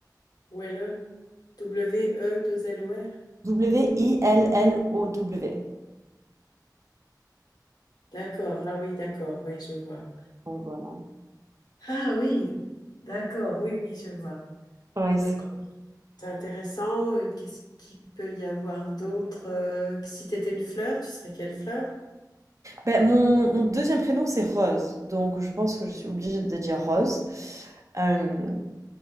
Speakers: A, on the left (about 65°); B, on the right (about 45°).
A: Welle. W E 2 L O R.
B: W-I-L-L-O-W.
A: D'accord. Ah oui, d'accord. Oui, je vois.
B: Donc voilà.
A: Ah oui. D'accord. Oui oui, je vois.
B: Ouais,
A: Ouais,
B: c'est-
A: C'est intéressant. Euh, Qu'est-ce qu'il peut y avoir d'autre? euh, que si tu étais une fleur, tu serais quelle fleur?
B: ben, mon, mon deuxième prénom, c'est Rose. Donc je pense que je suis obligée de dire Rose. Euh,